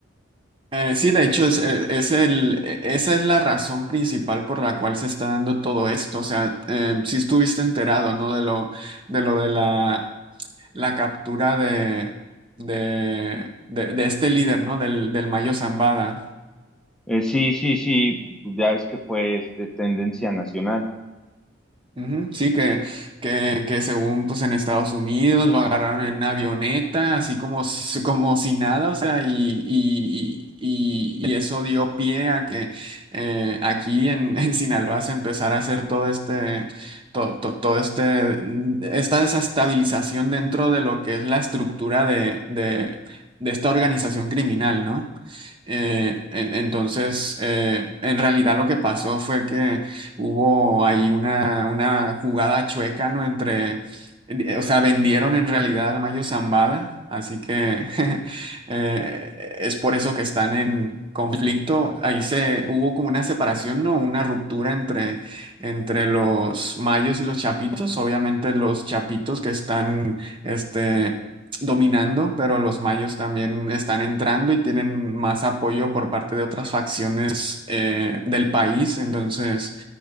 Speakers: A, on the right; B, in the centre.
A: eh, sí, de hecho, es, eh, es el, eh, esa es la razón principal por la cual se está dando todo esto. O sea, si estuviste enterado, ¿no? De lo de, lo de la, la captura de, de, de, de este líder, ¿no? Del, del Mayo Zambada.
B: Eh, sí, sí, sí, ya es que fue este, tendencia nacional.
A: Ujú, Sí, que, que, que según pues en Estados Unidos lo agarraron en una avioneta, así como, si- como si nada, o sea, y, y, y, y eso dio pie a que eh, aquí en, <laughs> en Sinaloa se empezara a hacer todo este, to- to- todo este, mm, esta desestabilización dentro de lo que es la estructura de, de, de esta organización criminal, ¿no? Eh, en- entonces, eh, en realidad lo que pasó fue que hubo ahí una, una jugada chueca, ¿no? Entre, eh, o sea, vendieron en realidad al Mayo Zambada, así que <laughs> eh, es por eso que están en conflicto. Ahí se, hubo como una separación, ¿no? Una ruptura entre, entre los mayos y los chapitos. Obviamente los chapitos que están, este... dominando, pero los mayos también están entrando y tienen más apoyo por parte de otras facciones eh, del país. Entonces,